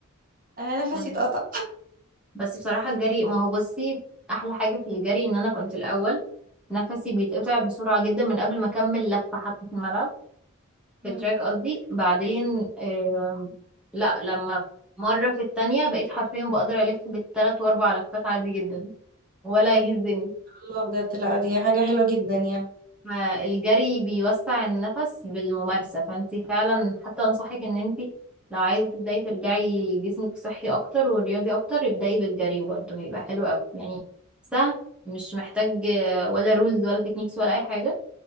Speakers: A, on the right (about 40°); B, in the centre.
A: انا نفسي
B: فاهمة.
A: اتقطع
B: بس بصراحة الجري ما هو بصي احلى حاجة في الجري ان انا كنت الاول نفسي بيتقطع بسرعة جدا من قبل ما اكمل لفة حتى في الملعب
A: <laughs>
B: في التراك قصدي بعدين آم، لا لما مرة في التانية بقيت حرفيا بقدر ألف بالتلات وأربع لفات عادي جدا ولا يهزني
A: الله بجد لا دي حاجه حلوه جدا يعني
B: فالجري بيوسع النفس بالممارسة فانت فعلا حتى أنصحك إن انت لو عايزة تبدأي ترجعي جسمك صحي أكتر ورياضي أكتر ابدأي بالجري برضه هيبقى حلو أوي يعني سهل مش محتاج آه، ولا رولز ولا تكنيكس ولا أي حاجة